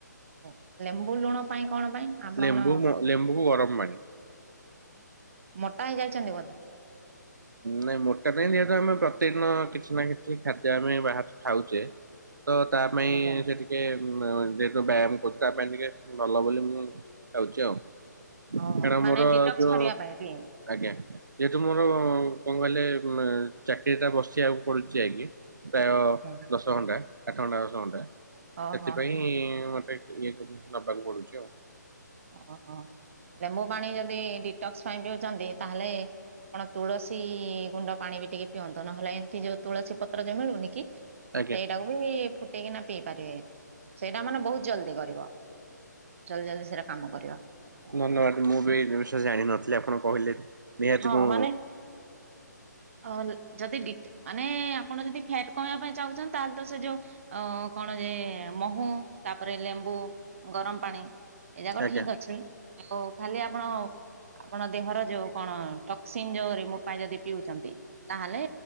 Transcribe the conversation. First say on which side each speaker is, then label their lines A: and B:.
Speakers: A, on the right; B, on the right.
A: ହ ଲେମ୍ବୁ ଲୁଣ ପାଇଁ କଣ ପାଇଁ? ଆପଣ
B: ଲେମ୍ବୁ
A: କଣ
B: ଲେମ୍ବୁକୁ ଗରମ ପାଣି।
A: ମୋଟା ହେଇଯାଇଛନ୍ତି ବୋଧେ?
B: ନାଇଁ ମୋଟା ପାଇଁ ଯେହେତୁ ଆମେ ପ୍ରତିଦିନ କିଛି ନା କିଛି ଖାଦ୍ୟ ଆମେ ବାହ ଖାଉଛେ ତ ତା ପାଇଁ
A: ଆଜ୍ଞା।
B: ସେଠି ଟିକେ ଯେହେତୁ ବ୍ୟାୟାମ କରୁଛି ତା ପାଇଁ ଟିକେ ଭଲ ବୋଲି ମୁଁ ଖାଉଛି ଆଉ।
A: ଓହୋ
B: କାରଣ
A: ମାନେ
B: ମୋର
A: ଡିଟକ୍ସ
B: ଯୋଉ
A: କରିବା ପାଇଁ ବି?
B: ଆଜ୍ଞା ଯେହେତୁ ମୋର କଣ କହିଲେ ଚାକିରିଟା ବସିବାକୁ ପଡ଼ୁଛି ଆଗେ ପ୍ରାୟ
A: ଆଜ୍ଞା।
B: ଦଶ ଘଣ୍ଟା ଆଠ ଘଣ୍ଟା ଦଶ ଘଣ୍ଟା
A: ଓହୋ
B: ସେଥିପାଇଁ
A: ହୋ
B: ମତେ ଇଏକୁ ନବାକୁ ପଡୁଛି ଆଉ।
A: ଓହୋ ଲେମ୍ବୁ ପାଣି ଯଦି ଡିଟକ୍ସ ପାଇଁ ପିଉଛନ୍ତି ତାହେଲେ ଆପଣ ତୁଳସୀ ଗୁଣ୍ଡ ପାଣି ବି ଟିକେ ପିଅନ୍ତୁ ନହେଲେ ଏମିତି ଯୋଉ ତୁଳସୀ ପତ୍ର ଯୁ ମିଳୁନି କି?
B: ଆଜ୍ଞା
A: ସେଇଟାକୁ ବି ଫୁଟେଇକିନା ପିଇ ପାରିବେ ସେଇଟା ମାନେ ବହୁତ ଜଲଦି କରିବ। ଜଲଦି ଜଲଦି ସେଇରା କାମ କରିବ।
B: ଧନ୍ୟବାଦ ମୁଁ ବି ଏଇ ଜିନିଷ ଜାଣିନଥିଲି ଆପଣ କହିଲେ। ନିହାତି
A: ହଁ
B: ମୁଁ
A: ମାନେ ଅ ଯଦି ମାନେ ଆପଣ ଯଦି ଫ୍ୟାଟ କମେଇବା ପାଇଁ ଚାହୁଁଛନ୍ତି ତାହେଲେ ତ ସେ ଯୋଉ ଅ କଣ ଯେ ମହୁ ତାପରେ ଲେମ୍ବୁ ଗରମ ପାଣି। ଏ ଯାକ
B: ଆଜ୍ଞା
A: ଠିକ ଅଛି ଆଉ ଖାଲି ଆପଣ ଆପଣ ଦେହର ଯ କଣ ଟକ୍ସିନ୍ ଯୋଉ ରିମୁବ ପାଇଁ ଯଦି ପିଉଛନ୍ତି। ତାହେଲେ